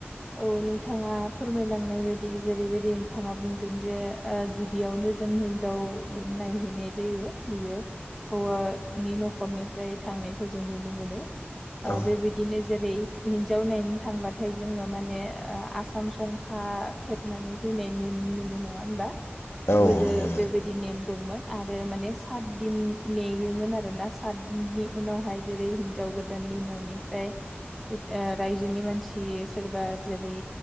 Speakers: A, in the centre; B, on the left.
A: औ नोंथाङा फोरमायलांनाय बायदि बिदि जेरैबायदि नोंथाङा बुंदों जे गिबियावनो जों हिनजाव नायहैनाय जायो बियो हौवानि न'खरनिफ्राय थांनायखौ जों नुनो मोनो
B: ओम औ
A: बेबायदिनो जेरै हिन्जाव थांबाथाय जोङो माने आसाम संखा थेबनानै फैनाय मोनो नङा होनबा
B: औ
A: गोदो
B: नंगौ
A: बेबायदि नेम दंमोन आरो माने सात दिन नेयोमोन आरोना सात दिननि उनावहाय जेरै हिनजाव गोदान न'नि रायजोनि मानसि सोरबा जेरै